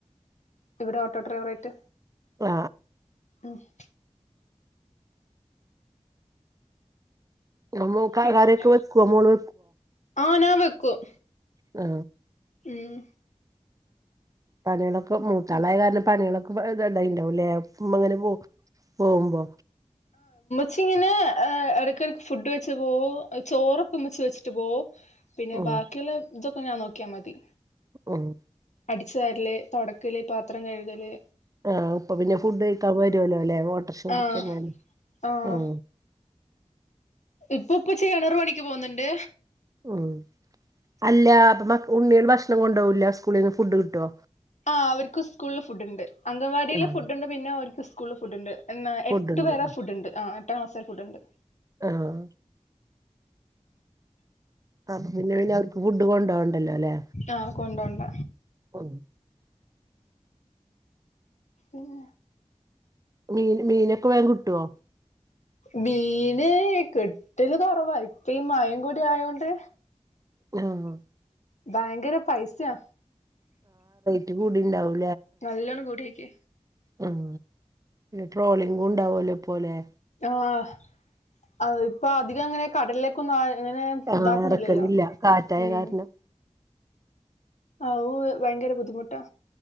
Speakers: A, on the left; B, on the right.
A: ഇവിടെ ഓട്ടൊ ഡ്രൈവറായിട്ട്
B: ആ
A: ഉം <inaudible>
B: ആഹ്
A: പിന്നെ,
B: കറിയൊക്കെ വെക്കുവോ മോള്
A: ആ നാ വെക്കും
B: ആ
A: ഉം <inaudible>
B: പണിളൊക്കെ മൂത്താളായ കാരണം പണിളൊക്കെ ഇത് ഇണ്ടായിട്ട്ണ്ടാവുംലേ ഇമ്മങ്ങനെ <inaudible> പോ പോവുമ്പൊ
A: ച്ചിങ്ങനെ ഏഹ് എടക്കെടക്ക് ഫുഡ് വെച്ച് പോ ചോറക്കെ മ്മച്ചി വെച്ചിട്ട് പോവു പിന്നെ
B: ഉം
A: ബാക്കിള്ള ഇതൊക്കെ ഞാൻ നോക്കിയ മതി.
B: ഓഹ്
A: അടിച്ച്‌ വാരല് തൊടക്കല് പാത്രം കഴ്കല്
B: ആഹ് ഉപ്പ പിന്നെ, ഫുഡ് കഴിക്കാ വരുവല്ലൊലെ വോട്ട്റ്ഷോടീക്ക
A: ആഹ് ആഹ്
B: ഉം
A: ഉപ്പോ ഉപ്പച്ചി എണറ് പണിക്ക് പോക്ന്ന്ണ്ട്
B: ഉം അല്ലാ അപ്പൊ മക് ഉണ്ണീള് ഭക്ഷ്ണം കൊണ്ടോവൂല സ്കൂളിന്ന് ഫുഡ് കിട്ടോ
A: ആഹ് അവര്ക്ക് സ്കൂള്ല് ഫുഡ്ഡ്ണ്ട്, അങ്കൺവാടില്
B: ആഹ്
A: ഫുഡ്ഡുണ്ട്, പിന്ന ഓർക്ക് സ്കൂൾല് ഫുഡ്ഡ്ണ്ട്. എന്ന
B: ഫുഡ്ണ്ട്
A: എട്ട് പേരെ ഫുഡ്ഡണ്ട് ആഹ് എട്ടാം ക്ലാസ് വരെ ഫുഡ്ഡ്ണ്ട്
B: ആഹ് അപ്പൊ പിന്നെ പിന്ന അവർക്ക് ഫുഡ്ഡ് കൊണ്ടോണ്ടല്ലൊലെ
A: ആഹ് കൊണ്ടോണ്ട
B: ഉം
A: ഉംആ
B: മീന്, മീനൊക്കെ വേമ് കിട്ടോ?
A: മീന്, കിട്ടല് കൊറവാ ഇപ്പ ഈ മഴിം കൂടി ആയോണ്ട്
B: ആഹ്
A: ഭയങ്കര പൈസ്യാ
B: ട്ട്കൂടിണ്ടാവും
A: നല്ലോണം കൂടീക്ക്
B: ഉം, ട്രോളിംഗും ഉണ്ടാവോലൊ പോലേ
A: ആഹ് അവ് ഇപ്പൊ അധികങ്ങനെ കടലിലെക്കൊന്ന് അവ് എങ്ങനെ
B: ആഹ്
A: ഇതാക്ക്ന്നില്ലല്ലൊ
B: എറക്കലില്ല കാറ്റായ
A: ഉം
B: കാരണം
A: ആവു ഭയങ്കര ബുദ്ധിമുട്ടാ